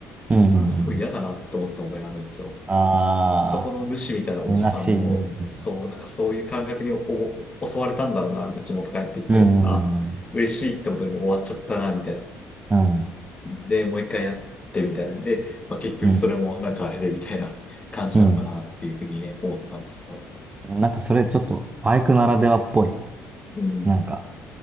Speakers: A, on the right; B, on the left.
A: うん。う
B: なんかすごい嫌だなって思った思いがあるんですよ。
A: んああ
B: そこの主みたいなおじさんも、
A: 虚しい。うん。
B: そう、なんかそういう感覚におぼ襲われたんだろうな、みたいな、地元帰ってきて、
A: うん。
B: あ、嬉しいってことにもう終わっちゃったな、みたいな。
A: うん。うん。
B: で、もう一回やってみたいな。で、まあ、結局それもなんかあれでみたいな感じなのかなっていうふうにね、
A: うん。うん。
B: 思ったんですけど。
A: なんかそれちょっとバイクならではっぽい。
B: うん、
A: なんか